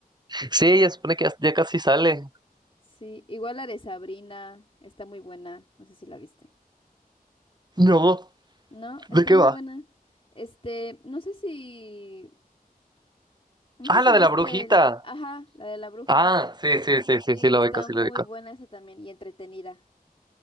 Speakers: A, on the right (about 25°); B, on the left (about 35°).
A: Sí, ya supone que ya ya casi sale.
B: Sí, igual la de Sabrina está muy buena, no sé si la viste.
A: No,
B: No, está
A: ¿de qué
B: muy
A: va?
B: buena. Este, no sé si, no sé
A: Ah,
B: si
A: la
B: viste
A: de la brujita.
B: el, ajá, la de la bruja.
A: Ah, sí, sí, sí, sí,
B: Sí,
A: sí,
B: está
A: lo ubico, sí
B: muy
A: lo ubico.
B: buena esa también y entretenida.